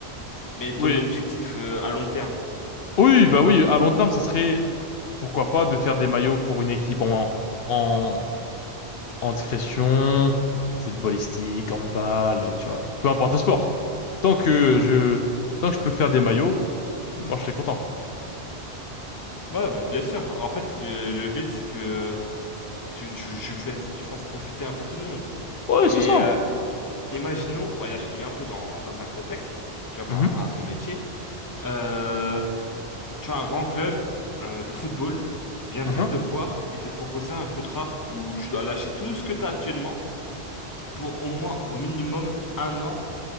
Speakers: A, on the left (about 20°); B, on the left (about 65°).
A: Mais ton
B: Oui,
A: objectif euh, à long terme.
B: oui, bah oui. À long terme, ça serait pourquoi pas de faire des maillots pour une équipe en, en, en discrétion, footballistique, handball, tu vois, peu importe le sport. Tant que
A: Ah,
B: je,
A: Ok. Ouais,
B: tant que je peux faire des maillots, moi je serai content.
A: bah, bien sûr. En fait, le, le but, c'est que euh, tu, tu, tu fais- tu fasses profiter un peu tout le monde.
B: Ouais,
A: Mais
B: c'est ça.
A: euh, imaginons, oh, regarde, je te mets un peu dans, dans un contexte, tu vois, par
B: Mhm.
A: rapport à ton métier. Euh, tu vois, un grand club euh, de football viendrait
B: Mhm.
A: te voir et te proposer un contrat où tu dois lâcher tout ce que tu as actuellement pour au moins, au minimum, un an